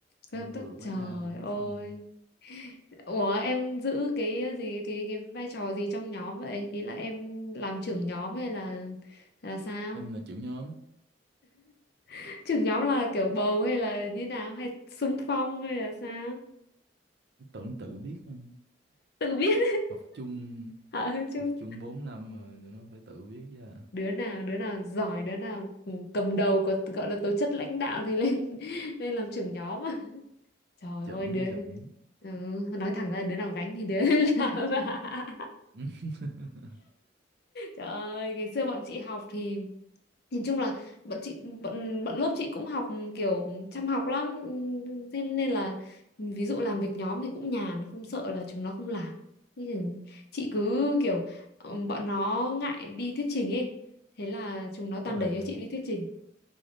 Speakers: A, on the right; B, on the left.
A: Em
B: tôi, tôi,
A: vừa mới
B: trời
A: la tụi nó
B: ơi.
A: xong đây.
B: Ủa em giữ cái gì cái cái vai trò gì trong nhóm vậy? Ý là em làm trưởng nhóm hay là là sao?
A: Em là trưởng nhóm,
B: <laughs> Trưởng nhóm là kiểu bầu hay là như nào hay xung phong hay là sao?
A: tưởng tự biết không?
B: Tự biết
A: Học chung,
B: <laughs> hả chứ.
A: học chung 4 năm rồi tụi nó phải tự biết chứ. à.
B: đứa nào đứa nào giỏi đứa nào ừ, cầm đầu có gọi là tố chất lãnh đạo thì lên <laughs> lên làm trưởng nhóm mà trời
A: Chẩn
B: ơi đứa
A: chẩn.
B: ừ, nói thẳng ra là đứa nào gánh thì đứa <laughs> ấy làm ạ.
A: <laughs>
B: trời ơi ngày xưa bọn chị học thì nhìn chung là bọn chị bọn bọn lớp chị cũng học kiểu chăm học lắm Ừm, thế nên là ừ, ví dụ làm việc nhóm thì cũng nhàn không sợ là chúng nó không làm Nhưng chị cứ kiểu ừ, bọn nó ngại đi thuyết trình ấy thế là chúng nó toàn
A: Tức là
B: đẩy cho chị đi thuyết trình